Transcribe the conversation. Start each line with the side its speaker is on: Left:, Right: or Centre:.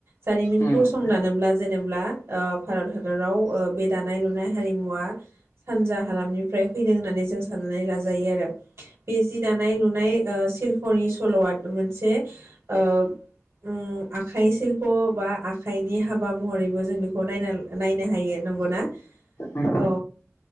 Right: जारिमिनखौ
Left: उम उम
Right: संदानोब्ला जेनेब्ला भारत हादराव ओ बे दानाय लुनाय हारिमुवा सानजा हालामनिफ्राय फैदों होननानै जों साननानै लाजायो आरो बे जि दानाय लुनाय ओ सिल <unintelligible> फोरनि सल'आ मोनसे ओ आखाइ सिल्प' बा आखाइनि हाबा महरैबो जों बेखौ नायना नायनो हायो नंगौना
Left: उम
Right: औ